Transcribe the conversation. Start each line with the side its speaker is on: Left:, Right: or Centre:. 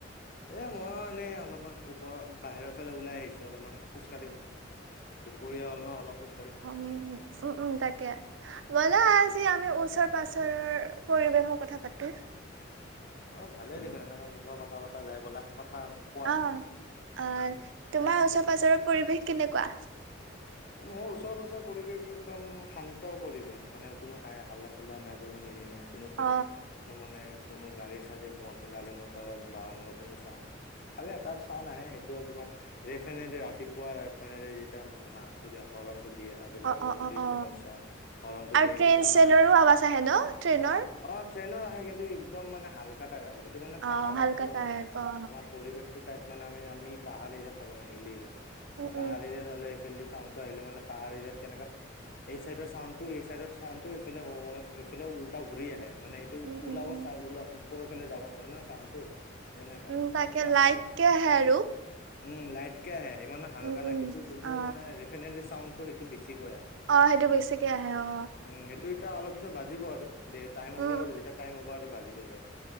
Left: এ মই মানে অলপমান ওপৰ বাহিৰৰ ফালে ওলাই আহিছো অলপমান খোজ - দুপৰীয়া হ'ল ন অলপ খ-
Right: উ উম উম তাকে ব'লা আজি আমি ওচৰ পাজৰৰ। পৰিৱেশৰ কথা পাতো।
Left: অ অ ভালে দেখোন এনেকা বিষয়ে কথা পতা যাই ব'লা। কথা কোৱা
Right: অ আহ তোমাৰ ওচৰ পাজৰৰ পৰিৱেশ কেনেকুৱা?
Left: মোৰ ওচৰ পাজৰে। পৰিৱেশটো একদম শান্ত পৰিৱেশ মানে কোনো হাই হালা চিলা নাই কোনো হেৰি নাই। কোনো
Right: অ
Left: প্ৰেৰ মানে কোনো গাড়ী চাড়ী গাড়ী মটৰ বাহনৰ কোনো চাউড নাই খালি এটাত চাউড আহে সেইটো হ'ল তোমাৰ। যে সেনেকে ৰাতিপুৱা ফেনে যেতিয়া মাতো হৰণ। দিয়ে আৰু বা
Right: অ
Left: গধূলি
Right: অ অ অ
Left: টাইমত চোৱা হলনটো
Right: আৰু
Left: দিয়ে সেইটো
Right: ট্ৰেইন
Left: চাও
Right: চেইনৰো
Left: নাহাই
Right: আৱাজ আহে ন ট্ৰেইনৰ
Left: অ। ট্ৰেইনত আহে কিন্তু একদম মানে হাল্কা টাইপ আহে সেইটো মানে
Right: অ
Left: পাহাৰত
Right: হালকা
Left: কাৰণে
Right: টাইপ
Left: আহে
Right: অ
Left: আমাৰ পৰিৱেশটো টাইপ। মানে আমি আমি পাহাৰ এৰিয়াত থাকো নাই হিল এৰিয়াত
Right: উম উম
Left: পাহাৰ এৰিয়াত হ'লে সফাল। আহে মানে পাহাৰ এৰিয়াত কেনেকা এই চাইডৰ ছাউণ্ডটো এই ছাউণ্ড ইফফালে উল। টা ঘূৰি আহে মানে সেইটো
Right: উম
Left: ওলাব
Right: উম উম
Left: চা ওল ওপৰৰ ফালে যাব নোৱাৰে ন চাউড টো এনেকা।
Right: উম তাকে
Left: তোমাৰ
Right: লাইটকে
Left: চাউণ্ড
Right: আহে আৰু।
Left: উম লাইটকে আহে ইমানে হাল্কা
Right: উম
Left: নাই
Right: উম
Left: কিন্তু যোনটো
Right: অ
Left: মানে দেফিত্নেটলি ছাউণ্ডটো সেইটো। ক
Right: অ সেইটো বেছিকে আহে অ
Left: উম সেইটো। তেতিয়া অলপ পিছত বাজিব আৰু দে টাইম হ'ব
Right: উম
Left: আৰু যেতিয়া টাইম হ'ব আৰু বাজি যাব আৰু।